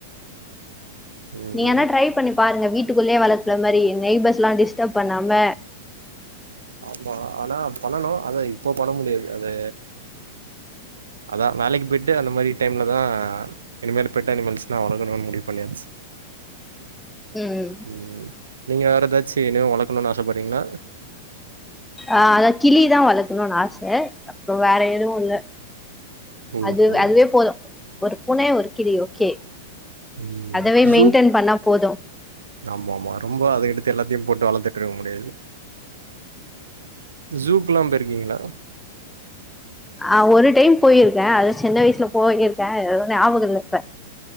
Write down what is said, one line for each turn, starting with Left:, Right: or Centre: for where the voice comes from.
Right: ம்
Centre: நீங்க ஆனா ட்ரை பண்ணி பாருங்க வீட்டுக்குள்ளே வளக்குற மாரி நெய்ப்பர்ஸ்லா டிஸ்டப் பண்ணாம
Right: ஆமா ஆனா பண்ணணு அத இப்ப பண்ண முடியாது அது அதா வேலைக்கு போயி்ட்டு அந்த மாரி டைம்லதா இனிமேல் பெட் அனிமல்ஸ்லா வளக்கனு முடிவு பண்ணியாச்
Centre: ம்
Right: ம் நீங்க வேற ஏதாச்சி இனிமே வளக் பண்ணு ஆசபறீங்கனா
Centre: ஆ அதா கிளிதா வளக்கனுன் ஆச அப்புறோ வேற எதுவு இல்ல
Right: ஓஹோ
Centre: அது அதுவே போது ஒரு பூன ஒரு கிளி ஓகே
Right: ம்
Centre: அதவே
Right: ஸூ
Centre: மெயின்டென் பண்ணா போது
Right: ஆமா ஆமா ரொம்ப அதுக்கடுத்து எல்லாத்தியு போட்டு வளத்து ட்டுருக முடியாது ஜூக்குல்லா போயிருக்கீங்களா
Centre: ஆ ஒரு டைம் போயிருக்கே அது சின்ன வயசுல போய்கிருக்கே ஞாபக இல்ல இப்ப